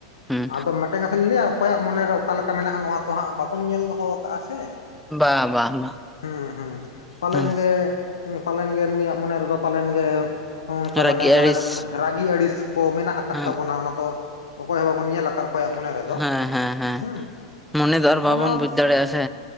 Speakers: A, in the centre; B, on the left.
A: ᱦᱩᱸ
B: ᱟᱫᱚ ᱢᱮᱫᱴᱮᱱ ᱠᱟᱛᱷᱟ ᱞᱤᱧ ᱞᱟᱹᱭ-ᱟ ᱚᱠᱚᱭᱟᱜ ᱢᱚᱱᱮᱨᱮ ᱚᱠᱟ ᱞᱮᱠᱟ ᱠᱟ ᱢᱮᱱᱟᱜ-ᱟ ᱱᱚᱣᱟ ᱛᱚ ᱦᱟᱸᱜ ᱵᱟᱵᱚᱱ ᱧᱮᱞ ᱫᱚᱦᱚ ᱠᱟ‌ᱜ-ᱟ ᱥᱮ,
A: ᱵᱟ ᱵᱟ ᱵᱟ
B: ᱦᱩᱸ ᱦᱩᱸ ᱯᱟᱞᱮᱱ
A: ᱦᱩᱸ
B: ᱜᱮ ᱦᱩᱸ ᱯᱟᱞᱮᱱ ᱜᱮ ᱱᱩᱭᱟᱜ ᱢᱚᱱᱮ ᱨᱮᱫᱚ ᱯᱟᱞᱮᱱ ᱜᱮ ᱚᱱᱠᱟ
A: ᱨᱟᱹᱜᱤ
B: ᱢᱟᱱᱮ ᱢᱚᱱᱮ
A: ᱟᱹᱲᱤᱥ
B: ᱨᱮ ᱨᱟᱹᱜᱤ ᱟᱹᱲᱤᱥ ᱠᱚ ᱢᱮᱱᱟᱜ ᱟᱠᱟᱫ
A: ᱦᱮᱸ
B: ᱛᱟᱵᱚᱱᱟ ᱚᱱᱟ ᱫᱚ ᱚᱠᱚᱭ ᱦᱚᱸ ᱵᱟᱵᱚᱱ ᱧᱮᱞ ᱟᱠᱟᱫ ᱚᱠᱚᱭᱟᱜ ᱢᱚᱱᱮ ᱨᱮᱫᱚ
A: ᱦᱮᱸ ᱦᱮᱸ ᱦᱮᱸ
B: ᱦᱩᱸ
A: ᱢᱚᱱᱮ ᱫᱚ ᱟᱨ ᱵᱟᱵᱚᱱ
B: ᱚᱱᱟ
A: ᱵᱩᱡᱽ ᱫᱟᱲᱮᱭᱟᱜᱼᱟ ᱥᱮ